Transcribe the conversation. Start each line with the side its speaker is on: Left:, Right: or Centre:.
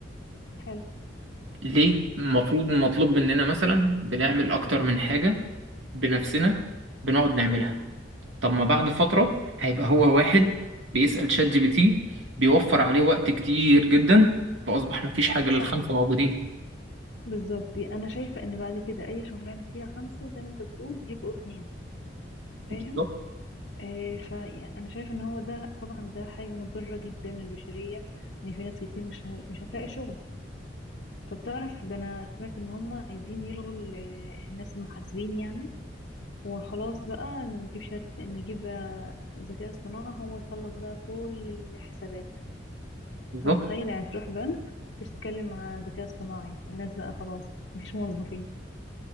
Left: حلو
Right: ليه المفروض مطلوب مننا مثلا بنعمل أكتر من حاجة بنفسنا بنقعد نعملها طب ما بعد فترة هيبقى هو واحد بيسأل شات جي بي تي بيوفر عليه وقت كتير جدا فأصبح مفيش حاجة
Left: صح
Right: للخمسة موجودين
Left: بالظبط دي انا شايفه ان بعد كده اي شغلانه فيها خمسه زي ما انت بتقول هيبقوا اتنين
Right: بالظبط
Left: فاهم آه فانا شايف ان هو ده طبعا ده حاجه مضره جدا للبشريه ان في ناس كتير مش ه- مش هتلاقي شغل طب تعرف ده انا سمعت ان هم عايزين يلغوا ال- آه، الناس المحاسبين يعني وخلاص بقى نجيب شات نجيب آه، ذكاء اصطناعي هو يخلص بقى كل الحسابات
Right: بالظبط.
Left: انت متخيل يعني تروح بنك تتكلم مع ذكاء اصطناعي الناس بقى خلاص مفيش موظفين